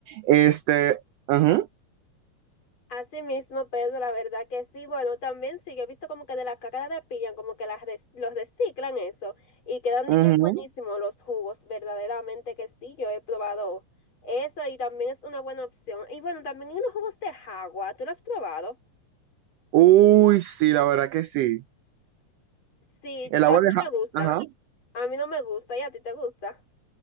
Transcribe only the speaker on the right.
Este, ajá,
ajá.
Uy, sí, la verdad que sí.
El
agua
de ja-
ajá.